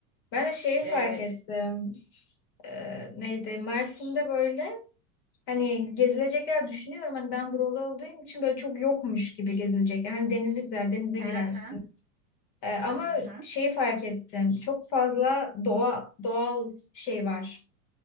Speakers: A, on the left; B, on the right.
A: Ben de şeyi
B: Ee,
A: fark ettim. Ee, neydi? Mersin'de böyle hani gezilecek yer düşünüyorum. Hani ben buralı olduğum için böyle çok yokmuş gibi gezilecek. yer. Hani denizi güzel, denize
B: hı
A: girersin.
B: hı,
A: Ee, ama
B: hı hı.
A: şeyi fark ettim. Çok fazla doğa, doğal şey var